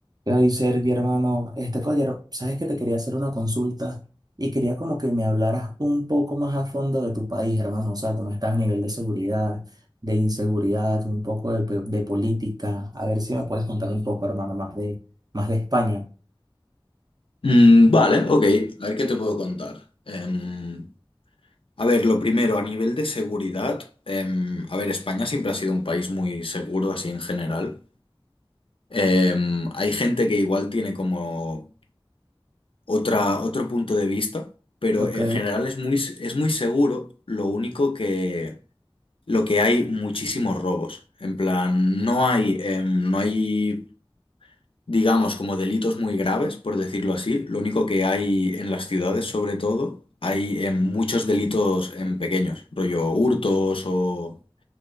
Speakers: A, on the right (about 45°); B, on the left (about 80°).
A: Ay, Sergio, hermano, este caballero, sabes que te quería hacer una consulta y quería como que me hablaras un poco más a fondo de tu país, hermano, o sea, cómo estás a nivel de seguridad, de inseguridad, un poco de, pe- de política, a ver si me puedes contar un poco, hermano, más de, más de España.
B: Mm, vale, ok. A ver qué te puedo contar. Em, a ver, lo primero, a nivel de seguridad, em, a ver, España siempre ha sido un país muy seguro, así en general. Em, hay gente que igual tiene como otra, otro punto de vista, pero
A: Ok.
B: en general es muy, es muy seguro. Lo único que, lo que hay muchísimos robos. En plan, no hay, em, no hay digamos, como delitos muy graves, por decirlo así. Lo único que hay en las ciudades, sobre todo, hay eh, muchos delitos en pequeños, rollo hurtos o